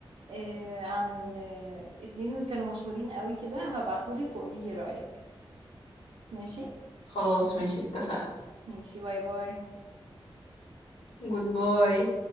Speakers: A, on the right (about 70°); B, on the left (about 80°).
A: آه، عن آه، اتنين كانوا مشهورين قوي كده هبعتهولك وايه رأيك ماشي
B: خلاص ماشي اتفقنا
A: ماشي باي باي
B: جود باي